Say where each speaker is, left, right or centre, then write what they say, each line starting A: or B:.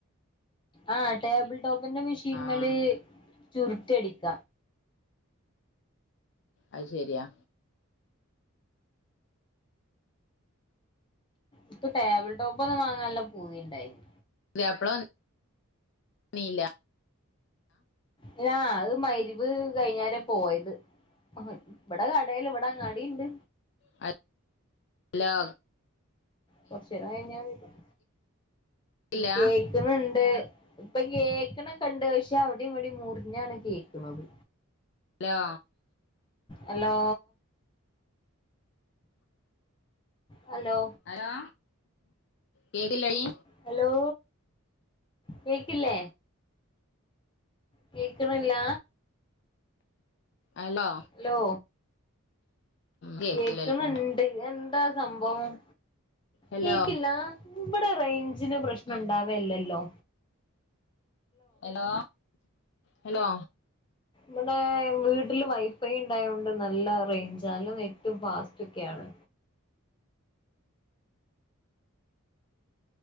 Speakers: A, on the left (about 20°); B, on the left (about 55°).
A: ആഹ ടേബിൾ ടോപ്പിന്റെ മെഷീൻ
B: ആഹ്
A: മേല് ചുരുട്ടി അടിക്ക.
B: അയ്ശെര്യാ.
A: ഇക്ക് ടേബിൾ ടോപ്പൊന്നു വാങ്ങാൻ നല്ല പൂതിണ്ടായിനി.
B: പുത്യാപ്പള ന്നീല്ലാ.
A: അയ്നാ അഹ് മഹ് രിബ് കഴിഞ്ഞാരെ പോയത് ഇബടെ കടേല് ഇവടെ അങ്ങാടിണ്ട്.
B: ഹ ലോ
A: കൊറച്ചേരം കയിഞ്ഞാ വെരും.
B: കേക്കില്ല
A: കേ ക്ണ് ണ്ട് ഇപ്പൊ കേക്ക്ണക്കണ്ട് പക്ഷെ അവ്ടിം ഇവടിം മുറിഞ്ഞണ് കേക്ക്ണത്
B: ഹലോ
A: അലോ. ഹലോ.
B: അലോ കേക്ക്ല്ലെടീ
A: ഹലോ കേക്കില്ലേ. കേക്ക്ണില്ല.
B: അലോ.
A: ഹലോ.
B: കേക്കില്ലല്ലോ
A: കേക്ക്ണ് ണ്ട് എന്താ സംഭവം
B: ഹലോ
A: കേക്കില്ല. ബ്ടെ റെയ്ഞ്ചിന് പ്രശ്നം ണ്ടാവല്ലല്ലോ.
B: എലോ ഹെലോ.
A: വടെ വീട്ടില് വൈഫൈ ണ്ടായൊണ്ട് നല്ല റേഞ്ച നല്ല നെറ്റും ഫാസ്റ്റ് ഒക്കെയാണ്.